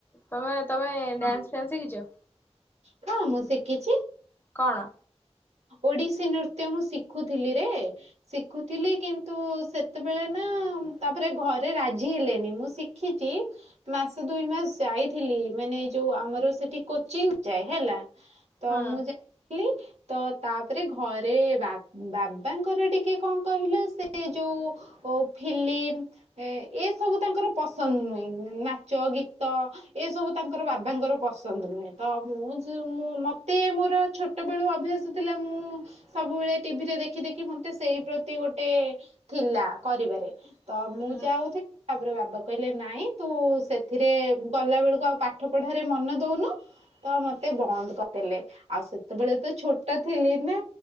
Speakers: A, on the left (about 20°); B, on the right (about 75°).
A: ତମେ ତମେ
B: ହଁ
A: ଡ୍ୟାନ୍ସ୍ ଫ୍ୟାନ୍ସ୍ ଶିଖିଛ?
B: ହଁ, ମୁଁ ଶିଖିଛି।
A: କଣ?
B: ଓଡି଼ଶୀ ନୃତ୍ୟ ମୁଁ ଶିଖୁଥିଲି ରେ। ଶିଖୁଥିଲି କିନ୍ତୁ ସେତେବେଳେନାଁ ତାପରେ ଘରେ ରାଜି ହେଲେନି ମୁଁ ଶିଖ୍ ଖିଚି ମାସେ ଦୁଇ ମାସ୍ ସାଇଥିଲି ମାନେ ଯୋଉ ଆମର ସେଠି କୋଚିନ୍ ଯାଏ ହେଲା। ତ
A: ହୁଁ
B: ମୁଁ ଯାଁଇଥିଲି। ତ ତାପରେ ଘରେ ବା ବାବାଙ୍କର ଟିକେ କଂ କହିଲ ସେ ଯୋଉ ଓ ଫିଲିମ୍ ଏଁ ଏସବୁ ତାଙ୍କର ପସନ୍ଦ ନୁଏଁ ନାଚ ଗୀତ ଏସବୁ ତାଙ୍କର ବାବାଙ୍କର ପସନ୍ଦ୍ ନୁଏଁ ତ ମୁଁ ଯୋଉ ମୁଁ ମତେ ମୋର ଛୋଟବେଳୁ ଅଭ୍ୟାସ୍ ଆସୁଥିଲା ମୁଁ ସବୁବେଳେ ଟିଭିରେ ଦେଖି ଦେଖି ମୋତେ ସେଇ ପ୍ରତି ଗୋଟେ ଥିଲା କରିବାରେ ତମୁଁ
A: ହୁଁ
B: ଯାଉଥି ତାପରେ ବାବା କହିଲେ ନାଇଁ ତୁସେଥିରେ ଗଲା ବେଳକୁ ଆଉ ପାଠ ପଢ଼ାରେ ମନ ଦଉନୁ ତ ମତେ ବନ୍ଦ କରିଦେଲେ ଆଉ ସେତେବେଳେତ ଛୋ ଛୋଟ ଥିଲିନା